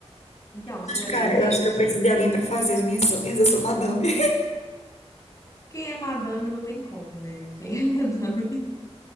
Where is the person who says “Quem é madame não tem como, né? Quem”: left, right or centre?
Left